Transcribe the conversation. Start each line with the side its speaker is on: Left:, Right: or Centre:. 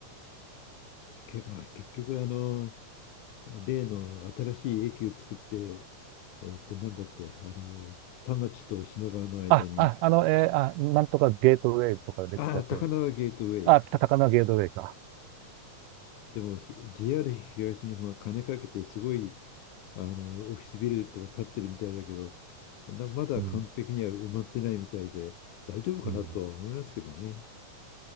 Left: <laughs> けまあ結局、あの、例の新しい駅を作って、えっと、なんだっけ、あの、田町と品川の間に、
Right: あ、あ、あの、えーあ、なんとかゲートウェイとかでしたっけ。
Left: ああ、高輪ゲートウェイ。
Right: あ、高輪ゲートウェイか。
Left: でもひ JR 東日本は金かけてすごいあのオフィスビルとか建ってるみたいだけど、なまだ完璧には埋まってないみたいで大丈夫かなとは思いますけどね。
Right: うん。うん